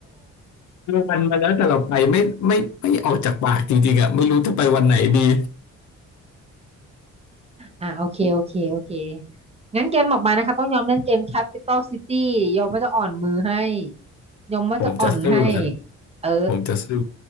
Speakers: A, on the left (about 70°); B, on the right (about 20°).
A: วันมาแล้วแต่เราไปไม่ไม่ไม่ออกจากปากจริงๆอ่ะไม่รู้จะไปวันไหนดี
B: อ่ะโอเคโอเคโอเคงั้นเกมออกมานะคะต้องยอมเล่นเกม Capital City ยอมว่าจะอ่อนมือให้ยอมว่าจะอ่อนให้
A: ผมจะสู้ครับ
B: เออ
A: ผมจะสู้